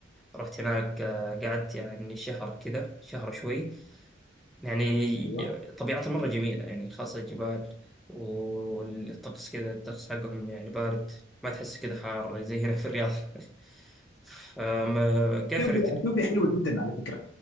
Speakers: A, in the centre; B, on the left.
A: رحت هناك آه، قعدت يعني شهر كذا شهر شوي يعني
B: ايوه
A: طبيعتها مرة
B: م.
A: جميلة يعني خاصة الجبال والطقس كذا الطقس حقهم يعني بارد ما تحس كذا حار زي هنا في الرياض <laughs> فما كيف
B: اثيوبيا
A: رت-
B: اثيوبيا حلوه جدا على فكره